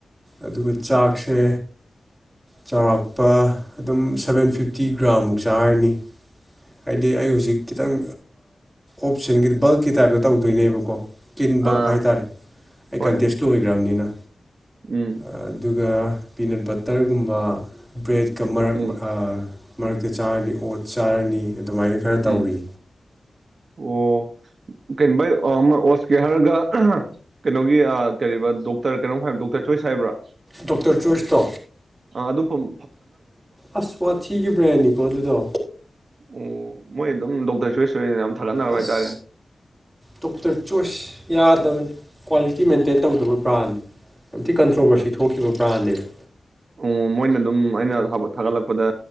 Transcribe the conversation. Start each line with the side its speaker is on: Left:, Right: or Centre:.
Centre: ꯑꯗꯨꯒ ꯆꯥꯛꯁꯦ ꯆꯥꯎꯔꯥꯛꯄ ꯑꯗꯨꯝ ꯁꯚꯦꯟ ꯐꯤꯐꯇꯤ ꯒ꯭ꯔꯥꯃꯨꯛ ꯆꯥꯔꯅꯤ ꯍꯥꯏꯗꯤ ꯑꯩ ꯍꯧꯖꯤꯛ ꯈꯤꯇꯪ ꯑꯣꯞꯁꯟꯒꯤ ꯕꯜꯛꯀꯤ ꯇꯥꯏꯞꯇ ꯇꯧꯗꯣꯏꯅꯦꯕꯀꯣ ꯀꯤꯟꯕꯛ
Right: ꯑꯥ
Centre: ꯍꯥꯏꯇꯥꯔꯦ ꯑꯩ
Right: ꯍꯣꯏꯅꯦ
Centre: ꯀꯟꯇꯦꯁ ꯂꯣꯏꯈ꯭ꯔꯝꯅꯤꯅ
Right: ꯎꯝ
Centre: ꯑꯥ ꯑꯗꯨꯒ ꯄꯤꯅꯠ ꯕꯠꯇꯔꯒꯨꯝꯕ ꯕ꯭ꯔꯦꯗꯀ ꯃꯔꯛ
Right: ꯎꯝ
Centre: ꯑꯥ ꯃꯔꯛꯇ ꯆꯥꯔꯅꯤ ꯑꯣꯠꯆ ꯆꯥꯔꯅꯤ ꯑꯗꯨꯃꯥꯏꯅ ꯈꯔ
Right: ꯎꯝ
Centre: ꯇꯧꯔꯤ
Right: ꯑꯣ ꯀꯩ <unintelligible> ꯑꯣꯠꯁ ꯀꯦ ꯍꯥꯏꯔꯒ ꯀꯩꯅꯣꯒꯤ ꯑꯥ ꯀꯔꯤꯕ ꯗꯣꯛꯇꯔ ꯀꯩꯅꯣꯝ ꯍꯥꯏꯕ ꯗꯣꯛꯇꯔ ꯆꯣꯏꯁ ꯍꯥꯏꯕ꯭ꯔꯥ
Centre: ꯗꯣꯛꯇꯔ ꯆ‌ꯣꯏꯁꯇꯣ
Right: ꯑ ꯑꯗꯨ ꯐꯪ
Centre: ꯑꯁ ꯋꯥꯊꯤꯒꯤ ꯕ꯭ꯔꯦꯟꯅꯤꯀꯣ ꯑꯗꯨꯗꯣ
Right: ꯑꯣ ꯃꯣꯏ ꯑꯗꯨꯝ ꯗꯣꯛꯇꯔ ꯆ‌ꯣꯏꯁ ꯑ‌ꯣꯏꯟ ꯌꯥꯝ ꯊꯥꯒꯠꯅꯕ
Centre: ꯑꯁ
Right: ꯍꯥꯏꯇꯥꯔꯦꯅꯦ
Centre: ꯗꯣꯛꯇꯔ ꯆꯣꯏꯁ ꯌꯥꯗꯕꯅ‌ꯦ ꯀ꯭ꯋꯥꯂꯤꯇꯤ ꯃꯦꯟꯇꯦꯟ ꯇꯧꯗꯕ ꯕ꯭ꯔꯥꯟ ꯌꯥꯝ ꯊꯤ ꯀꯟꯇ꯭ꯔꯣꯕꯔꯁꯤ ꯊꯣꯛꯈꯤꯕ ꯕ꯭ꯔꯥꯟꯅꯦꯕ
Right: ꯑꯣ ꯃꯣꯏꯅ ꯑꯗꯨꯝ ꯑꯩꯅ ꯍꯥꯞꯕ ꯊꯥꯒꯠꯂꯛꯄꯗ